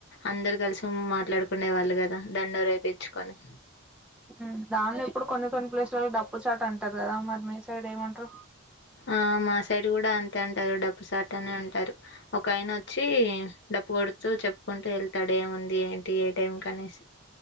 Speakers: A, on the left; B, in the centre.
A: అందరు కలిసి మాట్లాడుకునే వాళ్ళు కదా దండోరా ఏపిచ్చుకొని
B: మ్ దానిలో ఇప్పుడు కొన్ని కొన్ని ప్లేసులల్లో డప్పు చాటు అంటారు కదా! మరి మీ సైడ్ ఏమంటరు?
A: ఆఁ మా సైడ్ కూడ అంతే అంటారు డబ్బు సాటు అనే అంటారు. ఒక ఆయన వచ్చి డప్పు కొడు తు చెప్పుకుంటూ వెళ్తడు ఏముంది, ఏంటి, ఏ టైం కనేసి